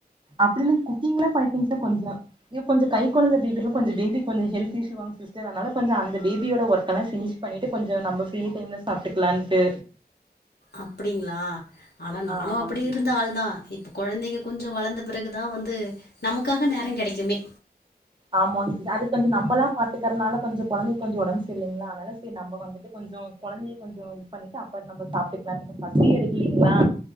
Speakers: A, on the right; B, on the left.
A: அப்டில்ல குக்கில்லா பண்டேங்ஸ் சிஸ்டர் கொஞ்சோ இப் கொஞ்சோ கை குழந்த பேபி எல்லா கொஞ்சோ பேபி கொஞ்சோ ஹெல்த் இஷு வா சிஸ்டர் அதனால கொஞ்சோ அந்த பேபியோட ஒர்க எல்லா ஃபினிஷ் பண்ணிட்டு கொஞ்சோ நம்ப ஃப்ரீ டைம்ல்ல சாப்ட்டுக்குலான்ட்டு
B: அப்படிங்களா ஆனா நானு
A: ஆ ஆமாங்க
B: அப்படி
A: சிஸ்டர்
B: இருந்த ஆள் தா இப்ப கொழந்தைங்க கொஞ்சோ வளந்த பிறகுதா வந்து நமக்காக நேரோ கடைக்குமே
A: ஆமாங் சிஸ் அதுக் கொஞ் நம்பல்லா பாத்துக்கறனால கொஞ்சோ கொழந்தைக் கொஞ்சோ ஒடம்பு சரி இல்லைங்களா அதனால சேரி நம்ம வந்துட்டு கொஞ்சோ கொழந்தைய கொஞ்சோ இது பண்ணிட்டு அப்பறோ நம்ப சாப்ட்டுக்கலானு பசியே எடுக்குலீங்களா